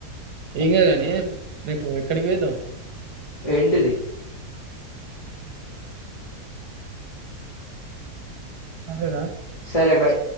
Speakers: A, on the right; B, on the left.
A: ఏం కానీ రేపు ఎక్కడికి పుయ్యొద్దాం
B: ఏంటిది
A: సరేరా
B: సరే బాయ్